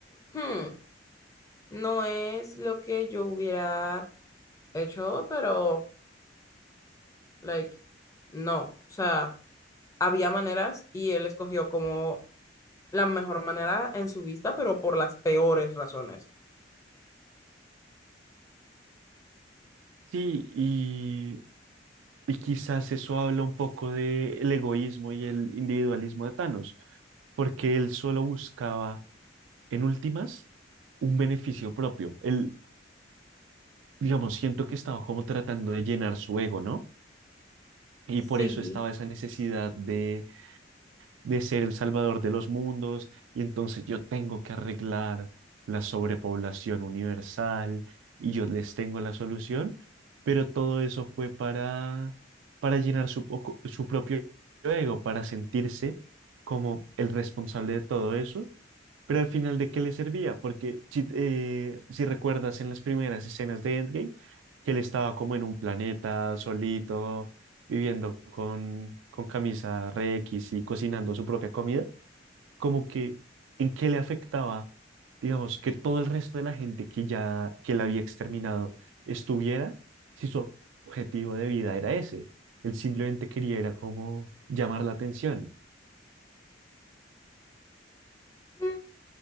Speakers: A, on the left; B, on the right.
A: "Hmm, no es lo que yo hubiera hecho, pero, like, no, o sea, había maneras y él escogió como la mejor manera en su vista, pero por las peores razones.
B: Sí, y, y quizás eso habla un poco del egoísmo y el individualismo de Thanos, porque él solo buscaba, en últimas, un beneficio propio. Él, digamos, siento que estaba como tratando de llenar su ego, ¿no? Y
A: Sí.
B: por eso estaba esa necesidad de de ser el salvador de los mundos y entonces yo tengo que arreglar la sobrepoblación universal y yo les tengo la solución, pero todo eso fue para, para llenar su, poco- su propio ego, para sentirse como el responsable de todo eso pero al final, ¿de qué le servía? Porque si, eh, si recuerdas en las primeras escenas de Endgame, que él estaba como en un planeta solito, viviendo con, con camisa re X y cocinando su propia comida, como que en qué le afectaba, digamos, que todo el resto de la gente que ya, que la había exterminado estuviera, si su objetivo de vida era ese. Él simplemente quería era como llamar la atención.
A: Mm,